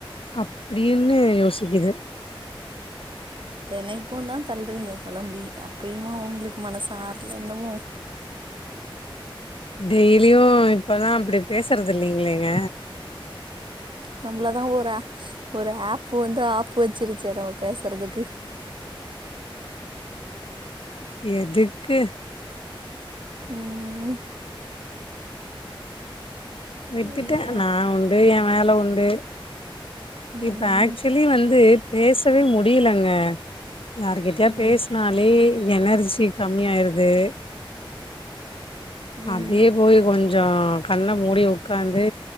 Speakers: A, on the left (about 80°); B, on the right (about 60°).
A: அப்டின்னு யோசிக்குது
B: தெனைக்குந்தா தள்றீங்க பொலம்பி அப்பயுமா உங்ளுக்கு மனஸ் ஆற்ல இன்னமு
A: டெய்லியு இப்பல்லா அப்டி பேசற்து இல்லிங்லேங்க
B: நம்மள தா ஒரு ஆ ஒரு ஹேப்பு வந்து ஆப்பு வச்சிருச்சே நம்ம பேசறதுக்கு
A: எதுக்கு
B: ம்
A: விட்டுட்டே
B: ஐயோ
A: நா உண்டு எ வேல உண்டு
B: ம்
A: இப்ப ஆக்சுவலி வந்து பேசவே முடியலங்க யாருக்கிட்டயா
B: ம்
A: பேசுனா னாலே எனர்ஜி கம்மி ஆயிருது
B: ம்
A: அப்டியே போய் கொஞ்சோ கண்ண மூடி உக்காந்து